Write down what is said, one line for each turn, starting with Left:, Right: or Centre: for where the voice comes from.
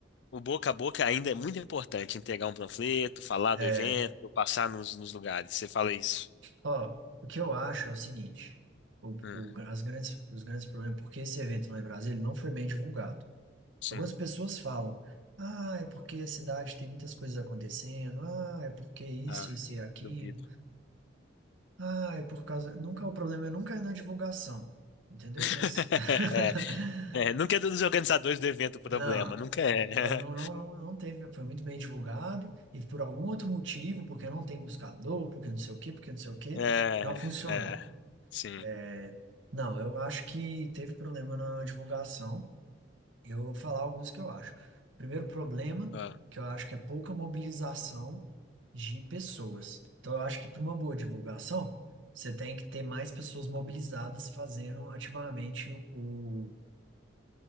Left: o boca a boca ainda é muito importante, entregar um panfleto, falar
Right: É,
Left: do evento, passar nos, nos lugares. Você fala isso?
Right: ó, o que eu acho é o seguinte, o,
Left: Hum,
Right: o, as grandes, os grandes problemas, porque esse evento lá em Brasília não foi bem divulgado.
Left: sim.
Right: Algumas pessoas falam, ah, é porque a cidade tem muitas coisas acontecendo, ah, é porque isso,
Left: Ah,
Right: isso e aquilo,
Left: duvido.
Right: ah, é por causa. Nunca é o problema é nunca é na divulgação, entendeu?
Left: <laughs>
Right: Mas <laughs>
Left: É, é, nunca é dos organizadores do evento o problema,
Right: não,
Left: nunca é. <laughs>
Right: não, não, não, não teve, foi muito bem divulgado e por algum outro motivo, porque não tem buscador, porque não sei o quê, porque não sei o quê,
Left: É,
Right: não funcionou.
Left: é, sim.
Right: É, não, eu acho que teve problema na divulgação. Eu vou falar alguns que eu acho. Primeiro problema,
Left: Ah.
Right: que eu acho que é pouca mobilização de pessoas. Então, eu acho que para uma boa divulgação, você tem que ter mais pessoas mobilizadas fazendo ativamente o, o-